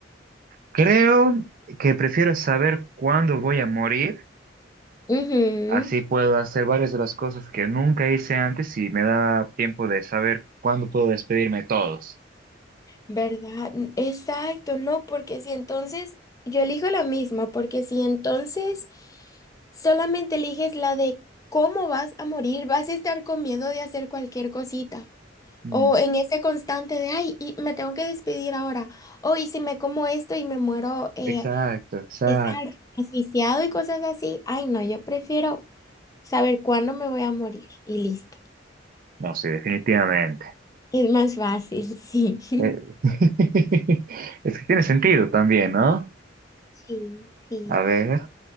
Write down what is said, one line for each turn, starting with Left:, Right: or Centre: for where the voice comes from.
Right: Creo que prefiero saber cuándo voy a morir,
Left: Ujú,
Right: así puedo hacer varias de las cosas que nunca hice antes y me da tiempo de saber cuándo puedo despedirme de todos.
Left: ¿verdad? N- Exacto, no, porque si entonces, yo elijo la misma, porque si entonces solamente eliges la de cómo vas a morir, vas a estar con miedo de hacer cualquier cosita.
Right: Mm,
Left: O en ese constante de, ay, y me tengo que despedir ahora. O y si me como esto y me muero eh,
Right: exacto, exacto.
Left: Estar asfixiado y cosas así. Ay, no, yo prefiero saber cuándo me voy a morir y listo.
Right: No, sí, definitivamente.
Left: Es más fácil, <laughs> sí.
Right: Eh, <laughs> es que tiene sentido también, ¿no?
Left: Sí, sí.
Right: A ver,